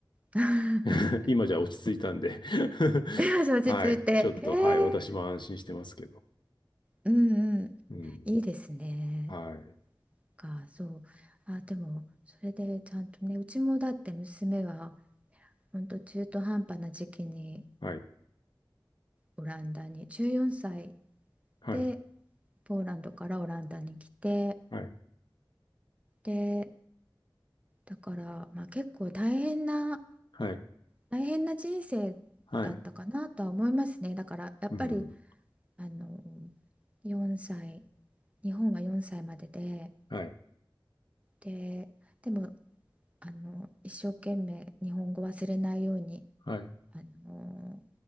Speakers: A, on the right; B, on the left.
A: <laughs>
B: <laughs> 今じゃ落ち着いたんで <laughs>
A: よし、落ち着いて。
B: はい。
A: へえ、
B: ちょっと、はい。私も安心してますけど。
A: うんう
B: うん。
A: ん。いいですね。
B: はい。
A: か、そう。あ、でも、それでちゃんとね、うちもだって娘は、ほんと中途半端な時期に
B: はい。
A: オランダに14歳
B: はい。
A: でポーランドからオランダに来て
B: はい。
A: でだからまあ結構大変な
B: はい。
A: 大変な人生だったかなとは思いますねだからやっぱり
B: はい。うん。
A: あの4歳日本は4歳までで
B: はい。
A: ででもあの一生懸命日本語忘れないように
B: はい。
A: あの